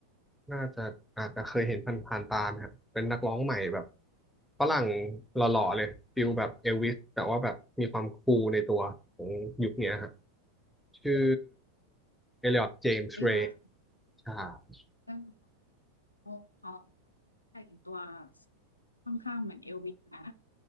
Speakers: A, in the centre; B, on the left.
A: น่าจะอาจจะเคยเห็นผ่านๆตานะครับเป็นนักร้องใหม่แบบฝรั่งหล่อๆเลยฟิลแบบเอลวิสแต่ว่าแบบมีความคูลในตัวของยุคเนี้ยครับชื่อเอลิออตเจมส์เรย์
B: เอ้ยแบบ
A: ใช่
B: เรื่องโอ้เขาแต่งตัวค่อนข้างเหมือนเอลวิสนะ